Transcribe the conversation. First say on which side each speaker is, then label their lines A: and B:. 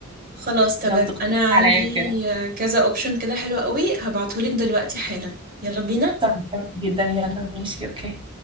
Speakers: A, on the right; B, on the right.
A: خلاص تمام
B: تقترحي
A: انا عندي
B: عليا كده
A: كذا اوبشن كده حلو قوي هبعتهولك دلوقتي حالا يلا بينا
B: طب جامد جدا يلا ماشي اوكي